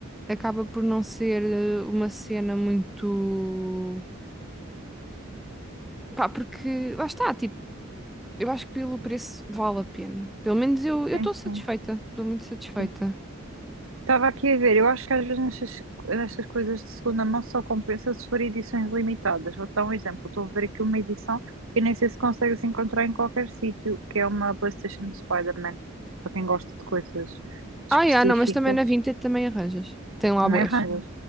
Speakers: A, in the centre; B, on the right (about 80°).
A: acaba por não ser ah, uma cena muito. Pá, porque lá está, tipo, Eu acho que pelo preço vale a pena. Pelo menos eu eu
B: Sim,
A: estou
B: sim.
A: satisfeita. Estou muito satisfeita.
B: sim. Estava aqui a ver, eu acho que às vezes nestas, nestas coisas de segunda mão só compensa se for edições limitadas. Vou dar um exemplo, estou a ver aqui uma edição que nem sei se consegue se encontrar em qualquer sítio, que é uma PlayStation do Spider-Man, para quem gosta de coisas específicas,
A: Ah, yeah, não, mas também na Vinted também arranjas. Tem lá
B: também
A: bués.
B: arranjas.